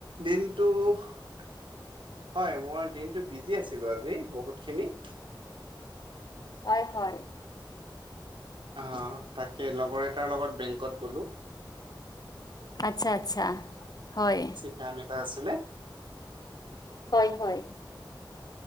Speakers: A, on the right; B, on the left.
A: দিনটো হয় মই দিনটো বিজি আছিলো আজি বহুতখিনি।
B: হয় হয়।
A: অ তাকে লগৰ এটাৰ লগত বেংকত গলো্
B: আচ্ছা। আচ্ছা, হয়,
A: কাম এটা আছিলে
B: হয় হয়।